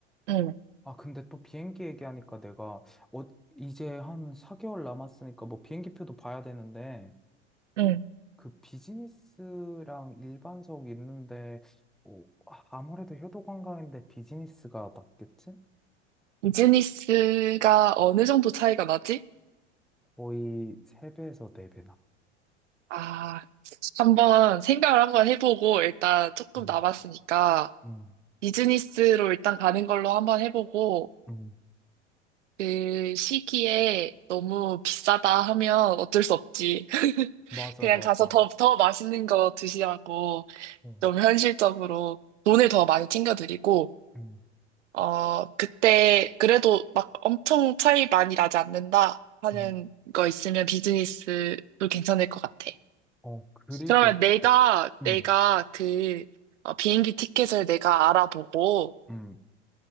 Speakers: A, on the right; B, in the centre.
A: 응,
B: 아, 근데 또 비행기 얘기하니까 내가 어, 이제 한 4개월 남았으니까 뭐 비행기표도 봐야 되는데
A: 응.
B: 그 비즈니스랑 일반석 있는데 어, 아, 아무래도 효도관광인데 비즈니스가 낫겠지?
A: 비즈니스가 어느 정도 차이가 나지?
B: 거의 3배에서 4배나.
A: 아, 한번 생각을 한번 해보고 일단 조금
B: 음,
A: 남았으니까.
B: 음,
A: 비즈니스로 일단 가는 걸로 한번 해보고,
B: 음.
A: 그 시기에 너무 비싸다 하면 어쩔 수 없지. <laughs>
B: 맞아,
A: 그냥
B: 맞아.
A: 가서 더, 더 맛있는 거 드시라고
B: 어,
A: 좀 현실적으로 돈을 더 많이 챙겨드리고,
B: 음,
A: 어, 그때 그래도 막 엄청 차이 많이 나지 않는다 하는
B: 음.
A: 거 있으면 비즈니스도 괜찮을 것 같아.
B: 어, 그리고,
A: 그러면 내가,
B: 어, 음,
A: 내가 그 어, 비행기 티켓을 내가 알아보고,
B: 음.